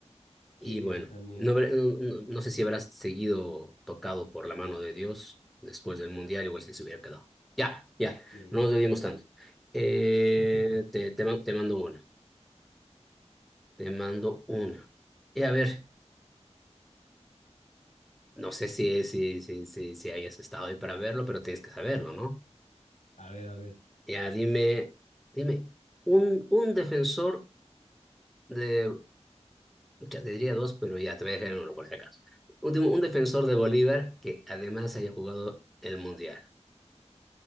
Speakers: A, on the left; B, in the centre.
A: Sí,
B: Y bueno,
A: eso también.
B: no, habrá- no, no- no sé si habrás seguido tocado por la mano de Dios después del Mundial, igual si se hubiera quedado. Ya, ya,
A: Sí.
B: no nos debimos tanto. Eh,
A: <laughs>
B: te, te, ma- te mando una, te mando una. Y a ver, no sé si, si, si, si, si hayas estado ahí para verlo, pero tienes que saberlo, ¿no?
A: A ver, a ver.
B: Ya, dime, dime, un, un defensor de, ya te diría dos, pero ya, te voy a dejar en uno por si acaso. Último, un defensor de Bolívar que además haya jugado el Mundial.